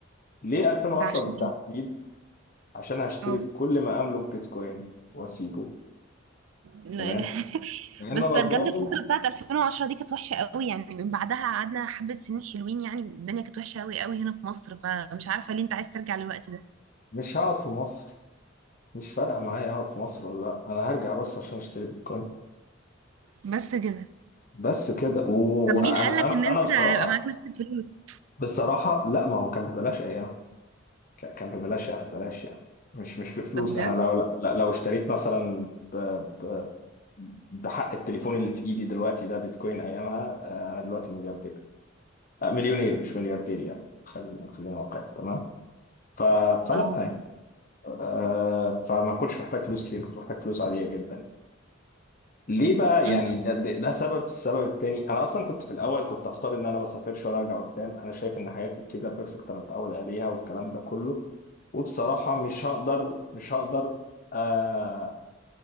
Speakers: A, on the left; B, on the right.
A: ليه 2010
B: ده عشان
A: بالتحديد
B: إيه؟
A: عشان هشتري
B: اه
A: بكل ما املك بيتكوين واسيبه
B: لا-
A: تمام
B: لا. <laughs>
A: لان انا
B: بس ده
A: ضامن
B: بجد الفترة بتاعت 2010 دي كانت وحشة قوي يعني من بعدها قعدنا حبة سنين حلوين يعني الدنيا كانت وحشة قوي قوي هنا في مصر فمش عارفة ليه انت عايز ترجع للوقت ده
A: مش هقعد في مصر مش فارقه معايا اقعد في مصر ولا لا انا هرجع بس عشان اشتري بيتكوين
B: بس كده
A: بس كده وانا
B: طب مين قالك
A: انا
B: ان انت
A: انا بصراحه
B: هيبقى معاك نفس الفلوس
A: بصراحه لا ما هو كان ببلاش ايام ك- كان ببلاش يعني ببلاش يعني مش مش بفلوس
B: ده بجد
A: انا لو لا- لو اشتريت مثلا ب- ب- بحق التليفون اللي في ايدي دلوقتي ده بيتكوين ايامها آه، انا دلوقتي ملياردير آه، مليونير مش ملياردير يعني خلينا خلينا واقعي تمام ف- فلا
B: اه
A: يعني آه، فما كنتش محتاج فلوس كتير كنت محتاج فلوس عاديه جدا ليه بقى
B: مهم.
A: يعني ده, ده, ده سبب السبب التاني انا اصلا كنت في الاول كنت هختار ان انا ما اسافرش ولا ارجع قدام انا شايف ان حياتي كده بيرفكت انا متعود عليها والكلام ده كله وبصراحه مش هقدر مش هقدر آه،